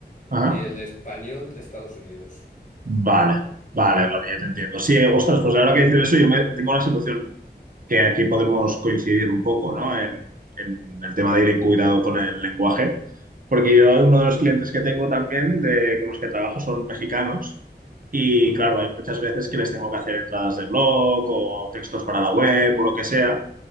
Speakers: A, on the right (about 55°); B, on the left (about 45°).
A: ajá.
B: y el español de Estados Unidos.
A: Vale, vale, vale, ya te entiendo. Sí, eh, ostras, pues ahora que dices eso, yo me, tengo una situación que aquí podemos coincidir un poco, ¿no? En, en el tema de ir en cuidado con el lenguaje, porque yo uno de los clientes que tengo también, de, con los que trabajo, son mexicanos y
B: Ujú.
A: claro, hay muchas veces que les tengo que hacer entradas de blog o textos para la web o lo que sea.